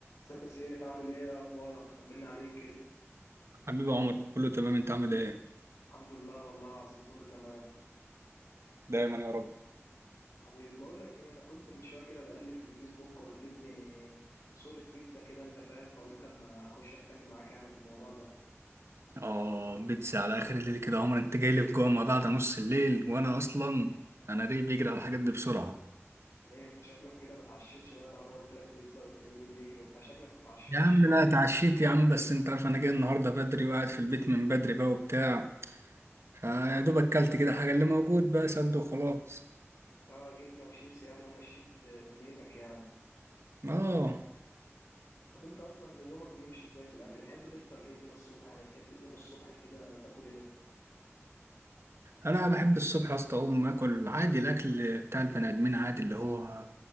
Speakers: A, on the left (about 80°); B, on the right (about 60°).
A: ازيك يا سيف عامل ايه إيه اخبارك طمنا عليك كده
B: حبيبي عمر كله تمام انت عامل ايه؟
A: الحمد لله والله العظيم كله تمام
B: دايما يا رب
A: حبيبي بقول لك ايه انا كنت من شويه كده بقلب في الفيسبوك وقابلتني صوره بيتزا كده انت فاهم فقلت اما اخش اتكلم معاك يعني في الموضوع ده
B: اه بيتسي على اخر الليل كده يا عمر انت جاي لي في جوع ما بعد نص الليل وانا اصلا انا ريقي بيجري على الحاجات دي بسرعه
A: ليه انت شكلك كده ما اتعشتش بقى طالما قلت لك بيتزا وقلت لي ريه بيجري وبتاع شكلك ما اتعشتش
B: يا عم لا اتعشيت يا عم بس انت عارف انا جاي النهارده بدري وقاعد في البيت من بدري بقى وبتاع فيا دوب اكلت كده حاجه اللي موجود بقى سد وخلاص
A: اه جبنه وشيبس يعني ومشيت آه، دنيتك يعني
B: اه
A: طب انت اصلا يومك بيمشي ازاي في الاكل تحب تفطر ايه كده الصبح يعني تحب تقوم الصبح كده تاكل ايه
B: انا بحب الصبح يا اسطى اقوم اكل عادي الاكل بتاع البني ادمين عادي اللي هو